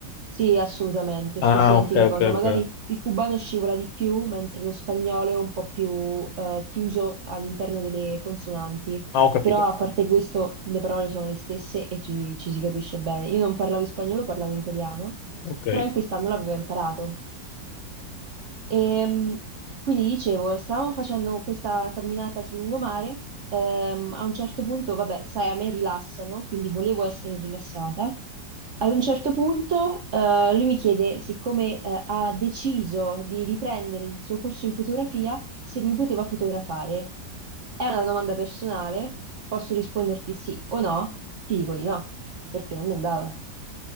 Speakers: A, on the right; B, on the left.
A: sì, assolutamente,
B: Ah,
A: stessa identica
B: ok,
A: cosa.
B: ok,
A: Magari
B: ok.
A: il cubano scivola di più, mentre lo spagnolo è un po' più eh, chiuso all'interno delle consonanti.
B: Ah, ho capito.
A: Però a parte questo, le parole sono le stesse e ci, ci si capisce bene. Io non parlavo in spagnolo, parlavo in italiano,
B: Ok.
A: però in quest'anno l'avevo imparato. E, mh, quindi dicevo, stavamo facendo questa camminata sul lungomare, ehm, a un certo punto, vabbè, sai, a me rilassano, quindi volevo essere rilassata. Ad un certo punto, eh, lui mi chiede, siccome, eh, ha deciso di riprendere il suo corso in fotografia, se mi poteva fotografare. È una domanda personale, posso risponderti sì o no? Ti dico di no, perché non mi andava.